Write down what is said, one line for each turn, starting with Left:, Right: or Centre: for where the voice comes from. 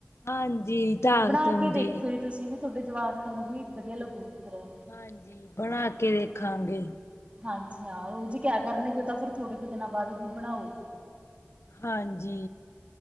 Left: ਹਾਂਜੀ ਤਾਕਤ
Right: ਬਣਾ
Left: ਹੁੰਦੀ
Right: ਕੇ ਦੇਖਿਓ
Left: ਐ।
Right: ਜੀ ਤੁਸੀਂ ਵੀ ਤੁਹਾਡੇ ਜਵਾਕ ਖਾਨ ਨੂੰ ਵੀ ਵਧੀਆ ਲੱਗੂਗੀ ਫਿਰ।
Left: ਹਾਂਜੀ, ਬਣਾ ਕੇ ਦੇਖਾਂਗੇ।
Right: ਹਾਂਜੀ, ਹਾਂ ਰੋਜ਼ ਕਿਆ ਕਰਨਗੇ ਤਾਂ ਫਿਰ ਥੋੜੇ ਕੁ ਦਿਨਾਂ ਬਾਅਦ ਵੀ ਬਣਾਓ।
Left: ਹਾਂਜੀ।